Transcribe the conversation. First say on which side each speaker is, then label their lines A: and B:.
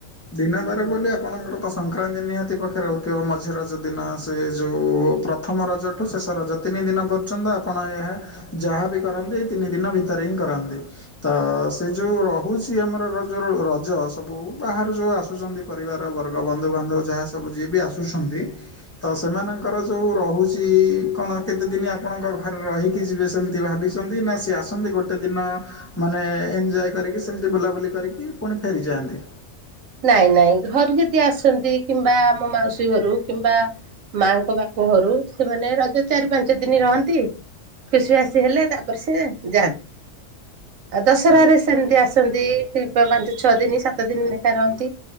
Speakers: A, on the left (about 15°); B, on the right (about 85°).
A: ଦିନ ବାର ବୋଲି ଆପଣଙ୍କର ତ ସଂକ୍ରାନ୍ତି ନିହାତି ପାଖରେ ରହୁଥିବ ମଝିରେ ଯଦି ଦିନ ସେ ଯେଉଁ ପ୍ରଥମ ରଜଠୁ ଶେଷ ରଜ ତିନି ଦିନ ପର୍ଯ୍ୟନ୍ତ ଆପଣ ଏହା ଯାହାବି କରନ୍ତି ତିନି ଦିନ ଭିତରେ ହିଁ କରନ୍ତି। ତ ସେ ଯେଉଁ ରହୁଛି ଆମର ରଜର ରଜ ସବୁ ବାହ- ଯଉ ଆସୁଛନ୍ତି ପରିବାର ବର୍ଗ ବନ୍ଧୁବାନ୍ଧବ ଯାହା ସବୁ ଯିଏ ବି ଆସୁଛନ୍ତି। ତ ସେମାନଙ୍କର ଯେଉଁ ରହୁଛି କଣ କେତେଦିନ ଆପଣଙ୍କ ଘରେ ରହିକି ଯିବେ ସେମିତି ଭାବିଛି ନା ସିଏ ଆସନ୍ତି ଗୋଟେ ଦିନ ମାନେ ଏଞ୍ଜୟ କରିକି ସେମିତି ବୁଲାବୁଲି କରିକି ପୁଣି ଫେରିଯାଆନ୍ତି।
B: ନାଇଁ ନାଇଁ ଘରୁ ଯଦି ଆସନ୍ତି କିମ୍ବା ଆମ ମାଉସୀ ଘରୁ କିମ୍ବା ମାଙ୍କ ବାପ ଘରୁ ସେମାନେ ରଜ ଚାରି ପାଞ୍ଚ ଦିନ ରହନ୍ତି। ଖୁସି ଆସି ହେଲେ ତାପରେ ସେ ଯାଆନ୍ତି। ଆଉ ଦଶହାରେ
A: ଆଜ୍ଞା।
B: ସେମିତି ଆସନ୍ତି ଶି୍ ପାଞ୍ଚ ଛଅ ଦିନ ସାତ ଦିନ ଲେଖା ରହନ୍ତି।